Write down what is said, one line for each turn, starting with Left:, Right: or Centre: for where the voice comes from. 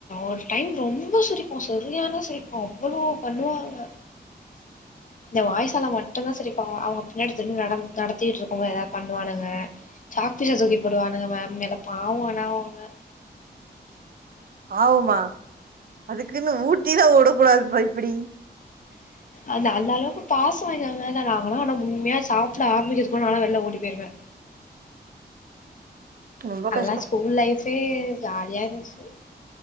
Left: ஒரு டைம் ரொம்ப சிரிப்போம் சரியான சிரிப்போம் அவ்ளோ பண்ணுவாங்க இந்த வாய்சால மட்டும்தா சரிப்பாங்க அவங்க பின்னாடி திரும்பி நட நடத்திட்டு இருக்கும் போது எதாது பண்ணுவானுங்க சாக் பீச தூக்கி போடுவானுங்க மேம் மேல பாவ ஆனா அவங்க
Right: பாவமா அதுக்குன்னு ஊட்டி தா உடக்கூடாதுப்பா இப்டி
Left: அந்த அந்த அளவுக்கு பாசோ எங்க மேல நாங்களா ஆனா உண்மையா சாப்ட ஆரம்பிக்கிறதுக்குள்ள நாலா வெளில ஓடி போயிருவே
Right: ரொம்ப
Left: அதுல்லா
Right: கஷ்டோ
Left: ஸ்கூல் லைஃபே ஜாலியா இருந்துச்சு